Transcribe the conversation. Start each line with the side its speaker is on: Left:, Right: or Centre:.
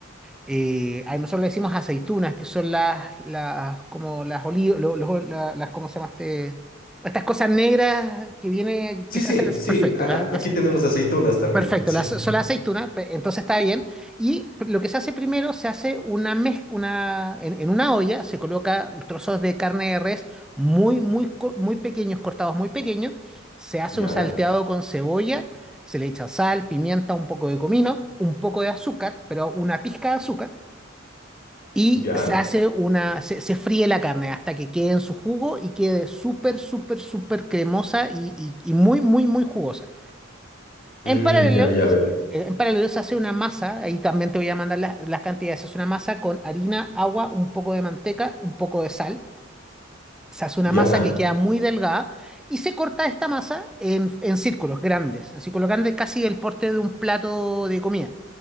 Centre: eh, a nosotros le decimos aceitunas, que son las, las como las olivas, las, ¿cómo se llamaste? Estas cosas negras que viene,
Left: Sí,
Centre: que se
Left: sí,
Centre: hacen,
Left: sí.
Centre: perfecto,
Left: a- a-
Centre: las, las
Left: aquí tenemos aceitunas también.
Centre: Perfecto,
Left: Sí.
Centre: la, so- la aceituna, pe- entonces está bien. Y lo que se hace primero, se hace una mezcla, una, en, en una olla se coloca trozos de carne de res muy, muy, co- muy pequeños, cortados muy pequeños. Se hace
Left: <laughs> ¿Ya?
Centre: un salteado con cebolla, se le echa sal, pimienta, un poco de comino, un poco de azúcar, pero una pizca de azúcar. Y
Left: ¿Ya?
Centre: se hace una, se, se fríe la carne hasta que quede en su jugo y quede súper, súper, súper cremosa y, y y muy, muy, muy jugosa. En
Left: Mm,
Centre: paralelo,
Left: ya, ya, a ver.
Centre: en paralelo se hace una masa, ahí también te voy a mandar las, las cantidades, se hace una masa con harina, agua, un poco de manteca, un poco de sal, se hace una
Left: ¿Ya?
Centre: masa que queda muy delgada y se corta esta masa en, en círculos grandes, en círculos grandes casi el porte de un plato de comida